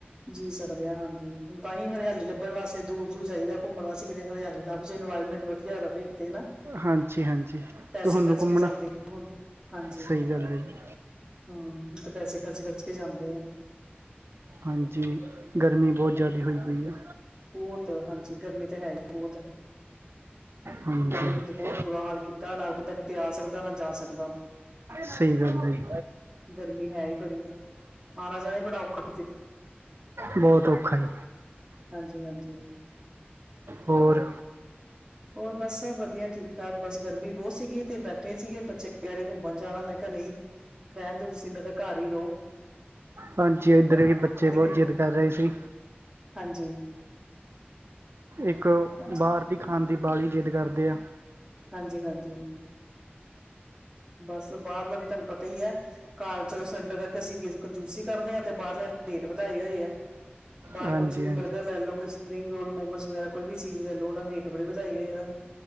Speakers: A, on the right; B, on the right.
A: ਜੀ ਸਕਦੇ ਆ ਹਾਂਜੀ। ਹੁਣ ਤਾਂ ਹੀ ਹਰਿਆਲੀ ਲੱਭਣ ਵਾਸਤੇ ਦੂਰ ਦੂਰ ਜਾਈਦਾ, ਘੁੰਮਣ ਵਾਸਤੇ ਕਿਤੇ ਹਰਿਆਲੀ ਲੱਭੇ ਇਨਵਾਇਰਮੈਂਟ ਵਧੀਆ ਰਹੇ। ਨਾ
B: ਹਾਂਜੀ ਹਾਂਜੀ
A: ਪੈਸੇ
B: ਤੁਹਾਨੂੰ
A: ਖਰਚ
B: ਘੁੰਮਣਾ
A: ਕੇ ਜਾਂਦੇ ਹੁਣ ਹਾਂਜੀ।
B: ਸਹੀ ਗੱਲ ਹੈ ਜੀ
A: ਹੂੰ, ਤੇ ਪੈਸੇ ਖਰਚ ਖਰਚ ਕੇ ਜਾਂਦੇ ਆ।
B: ਹਾਂਜੀ, ਗਰਮੀ ਬਹੁਤ ਜ਼ਿਆਦਾ ਹੋਈ ਪਈ ਆ।
A: ਬਹੁਤ ਹਾਂਜੀ ਗਰਮੀ ਤਾਂ ਹੈ ਹੀ ਬਹੁਤ।
B: ਹਾਂਜੀ
A: ਗਰਮੀ ਨੇ ਤੇ ਬਹੁਤ ਬੁਰਾ ਹਾਲ ਕੀਤਾ, ਨਾ ਬੰਦਾ ਕਿਤੇ ਆ ਸਕਦਾ ਨਾ ਜਾ ਸਕਦਾ।
B: ਸਹੀ ਗੱਲ ਏ।
A: ਗਰਮੀ ਹੈ ਹੀ ਬੜੀ ਆ ਆਉਣਾ ਜਾਣਾ ਹੀ ਬੜਾ ਔਖਾ ਕਿਤੇ
B: <unintelligible> ਬਹੁਤ ਔਖਾ ਈ।
A: ਹਾਂਜੀ ਹਾਂਜੀ।
B: ਹੋਰ
A: ਹੋਰ ਬਸ ਸਭ ਵਧੀਆ ਠੀਕ ਠਾਕ, ਬਸ ਗਰਮੀ ਬਹੁਤ ਸੀਗੀ ਤੇ ਬੈਠੇ ਸੀਗੇ, ਬੱਚੇ ਕਹਿ ਰਹੇ ਘੁੰਮਣ ਜਾਣਾ ਮੈਂ ਕਿਹਾ ਨਹੀਂ ਰਹਿਣ ਦੋ ਤੁਸੀਂ, ਮੈ ਕਿਹਾ ਘਰ ਹੀ ਰਹੋ।
B: ਹਾਂਜੀ ਇੱਧਰ ਵੀ ਬੱਚੇ
A: ਕਿ
B: ਬਹੁਤ
A: ਕਿਤੇ,
B: ਜਿੱਦ ਕਰ ਰਹੇ ਸੀ
A: ਹਾਂਜੀ।
B: ਇਕ
A: ਅੱਛਾ
B: ਬਾਹਰ ਦੀ ਖਾਣ ਦੀ ਬਾਲੀ ਜਿਦ ਕਰਦੇ ਆ
A: ਹਾਂਜੀ ਹਾਂਜੀ ਬਸ ਬਾਹਰ ਦਾ ਵੀ ਤੁਹਾਨੂੰ ਪਤਾ ਹੀ ਹੈ। ਘਰ ਚਲੋ ਸਿਲੰਡਰ ਕਰਕੇ ਅਸੀ ਕਂਜੂਸੀ ਕਰਦੇ ਹਾਂ ਤੇ ਬਾਹਰਲਿਆਂ ਰੇਟ ਵਧਾਏ ਹੋਏ ਹੈ। ਬਾਹਰ
B: ਹਾਂਜੀ
A: ਕੁਛ ਵੀ
B: ਹਾਂਜੀ
A: ਬਰਗਰ ਲੈ ਲਓ ਕੁਛ ਸਪਰਿੰਗ ਰੋਲ ਮੋਮਸ ਵਗੈਰਾ ਕੋਈ ਵੀ ਚੀਜ਼ ਲੈ ਲਓ ਉਹ ਨੂੰ ਰੇਟ ਬੜੇ ਵਧਾਈ ਹੋਏ ਇਹਨਾਂ